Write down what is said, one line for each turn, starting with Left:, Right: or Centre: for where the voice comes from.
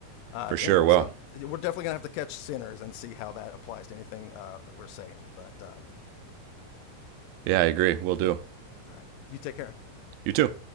Left: uh,
Right: For sure.
Left: anyway,
Right: Well,
Left: so we're definitely gonna have to catch sinners and see how that applies to anything uh, we're saying. But um,
Right: yeah, I agree. We'll do.
Left: all right, you take care.
Right: You too.